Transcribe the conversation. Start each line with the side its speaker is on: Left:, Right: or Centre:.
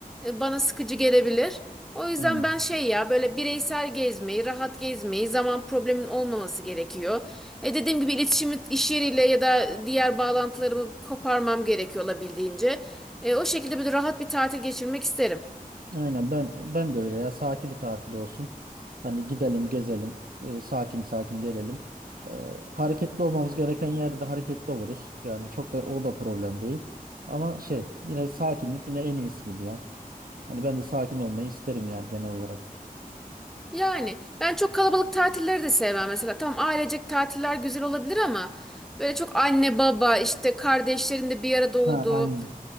Centre: e, bana sıkıcı gelebilir. O yüzden
Right: Aynen.
Centre: ben şey ya böyle bireysel gezmeyi, rahat gezmeyi, zaman problemin olmaması gerekiyor. E dediğim gibi iletişimi iş yeriyle ya da diğer bağlantılarımı koparmam gerekiyor olabildiğince. E, o şekilde böyle rahat bir tatil geçirmek isterim.
Right: Aynen, ben ben de öyle ya. Sakin bir tatil olsun. Hani gidelim, gezelim, e, sakin sakin gelelim. E, hareketli olmamız gereken yerde hareketli oluruz. Yani çok da o da problem değil. Ama şey, yine sakinlik yine en iyisi gibi ya. Hani ben de sakin olmayı isterim yani genel olarak.
Centre: Yani ben çok kalabalık tatilleri de sevmem mesela. Tamam ailecek tatiller güzel olabilir ama böyle çok anne baba işte kardeşlerin de bir arada olduğu
Right: Ha, aynı.